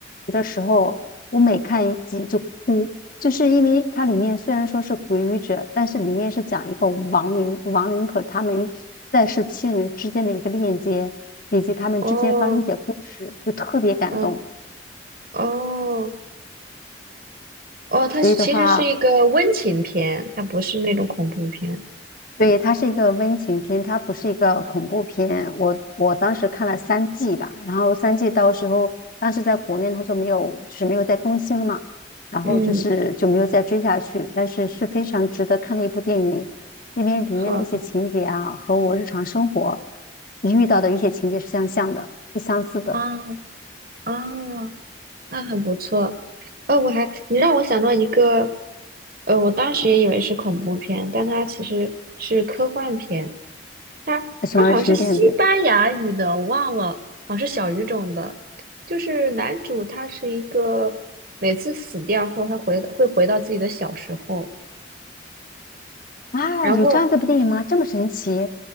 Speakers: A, on the left; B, on the right.
A: 的时候，我每看一集就哭，就是因为它里面虽然说是鬼语者，但是里面是讲一个亡灵，亡灵和他们在世亲人之间的一个链接，以及他们之间发生的故事，
B: 哦，
A: 就特别感动。
B: 嗯哦。哦，它是其实是一个温情片，
A: 所以的话，
B: 它不是那种恐怖片。
A: 所以它是一个温情片，它不是一个恐怖片。我我当时看了三季吧，然后三季到时候当时在国内它就没有，就是没有再更新了嘛，然后就是就没有再追下去。
B: 嗯，
A: 但是是非常值得看的一部电影，因为里面的一些情节啊，
B: 好
A: 和我日常生活遇到的一些情节是相像的，是相似的。
B: 啊啊，那很不错。哦，我还你让我想到一个，呃，我当时也以为是恐怖片，但它其实是科幻片。它它好像是西班牙语的，
A: 什么什么电视剧
B: 我忘了，好像是小语种的。就是男主他是一个每次死掉后，他回会回到自己的小时候。
A: 啊？
B: 然后
A: 有这样的部电影吗？这么神奇？